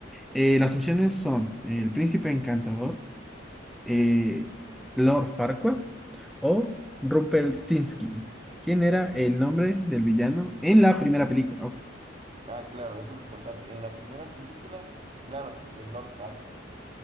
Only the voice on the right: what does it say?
Ah, claro, eso es importante. En la primera película, claro, pues el Lord Farquaad.